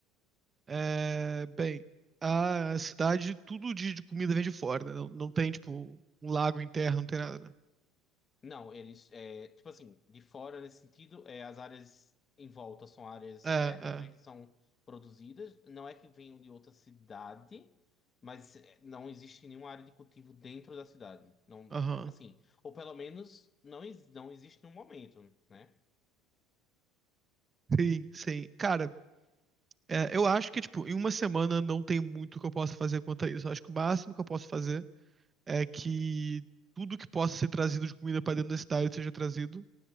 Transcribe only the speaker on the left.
Não, eles, é, tipo assim, de fora nesse sentido, é, as áreas em volta são áreas
férteis,
né, que são produzidas. Não é que venham de outra cidade, mas é, não existe nenhuma área de cultivo dentro da cidade. Não,
assim, ou pelo menos não, ex- não existe no momento, né?